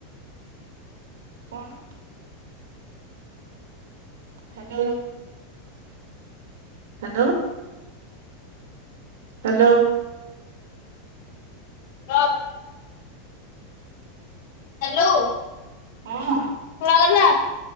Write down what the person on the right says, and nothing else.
କଣ। ହ୍ୟାଲୋ। ହ୍ୟାଲୋ। ହ୍ୟାଲୋ।
ହଁ।